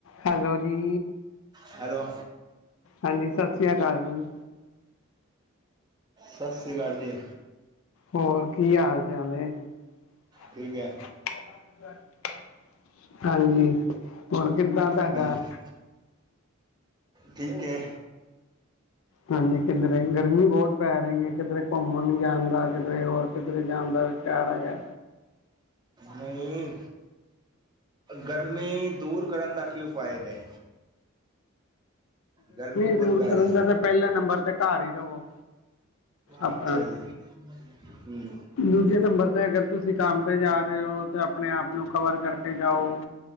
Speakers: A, on the left; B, on the right.
A: Hello ਜੀ
B: hello
A: ਹਾਂਜੀ ਸਤਿ ਸ੍ਰੀ ਅਕਾਲ ਜੀ
B: ਸਤਿ ਸ਼੍ਰੀ ਅਕਾਲ ਜੀ-
A: ਹੋਰ ਕੀ ਹਾਲ ਚਾਲ ਏ <unintelligible>
B: ਠੀਕ ਹੈ
A: ਹਾਂਜੀ ਹੋਰ ਕਿੱਦਾਂ ਤੁਹਾਡਾ-
B: ਹਾਂਜੀ ਠੀਕ ਏ
A: ਹਾਂਜੀ ਕਿੱਧਰੇ ਗਰਮੀ ਬਹੁਤ ਪੈ ਰਹੀ ਐ ਕਿਧਰੇ ਘੁੰਮਣ ਜਾਨਦਾ ਕਿਧਰੇ ਹੋਰ ਕਿੱਧਰੇ ਜਾਂਨਦਾ ਪਿਆਰ ਹੈਗਾ
B: ਨਹੀਂ, ਗਰਮੀ ਦੂਰ ਕਰਨ ਦਾ ਕੀ ਉਪਾਏ ਵੇ ਗਰਮੀ ਬਹੁਤ
A: ਦੂਰ
B: ਪੈ
A: ਕਰਨ
B: ਰੀ,
A: ਦਾ ਤਾਂ ਪਹਿਲੇ ਨੰਬਰ ਤੇ ਘਰ ਹੀ ਰਵੋ ਆਪਣਾ
B: ਅੱਛਾ ਜੀ ਹੂੰ
A: ਦੂਜੇ ਨੰਬਰ 'ਤੇ ਹੈਗਾ ਤੁਸੀਂ ਕੰਮ 'ਤੇ ਜਾ ਰਹੇ ਹੋ ਤੇ ਆਪਨੇ ਆਪ ਨੂੰ ਕਵਰ ਕਰਕੇ ਕੇ ਜਾਓ,